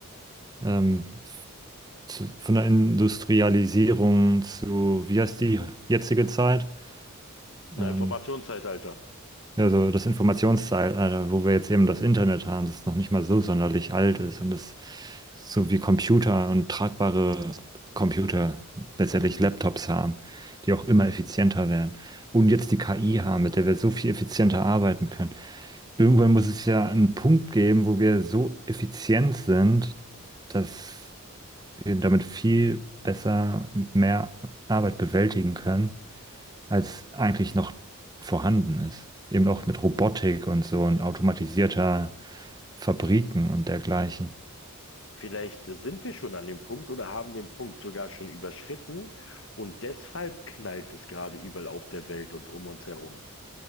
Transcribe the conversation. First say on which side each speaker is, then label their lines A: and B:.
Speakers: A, on the right; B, on the left.
A: ähm, zu, von der Industrialisierung zu, wie heißt die jetzige Zeit?
B: Na,
A: Ähm,
B: Informationszeitalter.
A: ja, so das Informationszeitalter, wo wir jetzt eben das Internet haben, das noch nicht mal so sonderlich alt ist und das so wie Computer und tragbare Computer, letztendlich Laptops haben, die auch immer effizienter werden. Und jetzt die KI haben, mit der wir so viel effizienter arbeiten können. Irgendwann muss es ja einen Punkt geben, wo wir so effizient sind, dass damit viel besser mehr Arbeit bewältigen können, als eigentlich noch vorhanden ist. Eben auch mit Robotik und so und automatisierter Fabriken und dergleichen.
B: Vielleicht sind wir schon an dem Punkt oder haben den Punkt sogar schon überschritten und deshalb knallt es gerade überall auf der Welt und um uns herum.